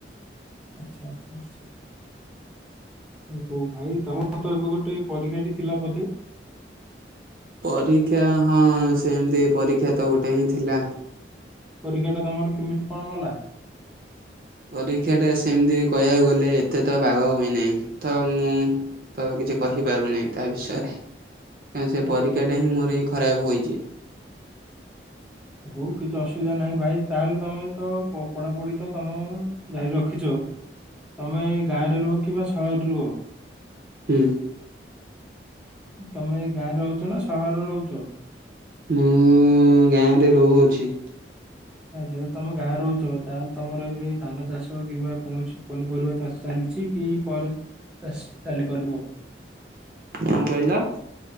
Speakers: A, in the centre; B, on the right.
A: ଆଚ୍ଛା ଆଚ୍ଛା ଆଚ୍ଛା। ହୋ ଭାଇ ତମର ତ ଏବେ ଗୋଟେ ପରୀକ୍ଷାଟି ଥିଲା ବଧେ?
B: ପରୀକ୍ଷା ହଁ ସେମିତି ପରୀକ୍ଷା ତ ଗୋଟେ ହିଁ ଥିଲା।
A: ପରୀକ୍ଷା ଟା ତମର କେମିତି କଣ ଗଲା?
B: ପରୀକ୍ଷାଟା ସେମିତି କହିବାକୁ ଗଲେ ଏତେ ତ ବାଗ ହୋଇନାହିଁ। ତ ମୁଁ ତ କିଛି କହିପାରୁନାହିଁ ତା ବିଷୟରେ କାର ସେ
A: ଓହୋ।
B: ପରୀକ୍ଷା ଟା ହିଁ ମୋର ହିଁ ଖରାପ ହୋଇଛି।
A: ହଉ କିଛି ଅସୁବିଧା ନାହିଁ ଭାଇ ତାହେଲେ ତମେ ତ ପଢାପଢି ତ ତମେ ଜାରି ରଖିଛ। ତମେ ଗାଁରେ ରୁହ କିମ୍ବା ସହରରେ ରୁହ।
B: ହୁଁ।
A: ତମେ ଗାଁରେ ରହୁଛ ନା ସହରରେ ରହୁଛ?
B: ମୁଁ ଗାଁରେ ରହୁଅଛି।
A: ଆ ଯଦି ତମେ ଗାଁ ରହୁଛ ତାହେଲେ ତମର ଏବେ ଧାନ ଚାଷ କିମ୍ବା କୌଣସି ପନିପରିବା ଚାଷ। ଚାଲିଛି କି ପରେ ଚାଷ ଚାଲି କରିବ।
B: କଣ କହିଲ?